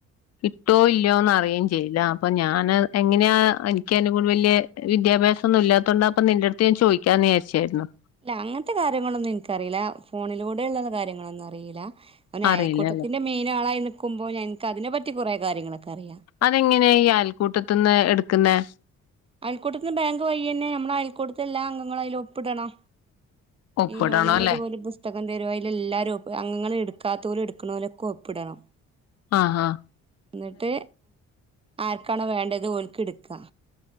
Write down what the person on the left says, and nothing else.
ഇട്ടോ ഇല്ലോന്ന് അറിയേം ചെയ്യില്ല. അപ്പൊ ഞാന് എങ്ങനെയാ എനിക്കനോട്‌ വല്ല്യ വിദ്യാഭ്യാസൊന്നും ഇല്ലാത്തൊണ്ട് അപ്പൊ നിന്റെ അടുത്ത് ഞാ ചദിക്കാന്ന് വിചാരിച്ചായിരുന്നു.
അറിയില്ലല്ലേ
അതെങ്ങനെയാ ഈ അയൽക്കൂട്ടത്തന്ന് എടുക്കുന്നെ?
ഒപ്പിടണം
അല്ലേ
ആഹ് ആഹ്